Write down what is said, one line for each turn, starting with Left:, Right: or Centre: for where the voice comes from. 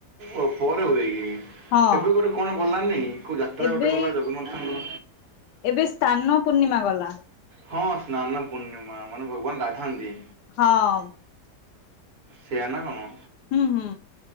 Right: ଓ ପରେ ହୁଏ କି
Left: ହଁ
Right: ଏବେ ଗୋଟେ କଣ ଗଲାନି? କୋଉ ଯାତ୍ରା
Left: ଏବେ
Right: ଗୋଟେ ଗଲା ଜଗନ୍ନାଥଙ୍କର।
Left: ଏବେ ସ୍ଥାନ ପୂର୍ଣ୍ଣିମା ଗଲା।
Right: ହଁ ସ୍ନାନ ପୂର୍ଣ୍ଣିମା ମାନେ ଭଗବାନ ଗାଧାନ୍ତି।
Left: ହଁ।
Right: ସେଆ ନା କଣ?
Left: ହୁଁ ହୁଁ।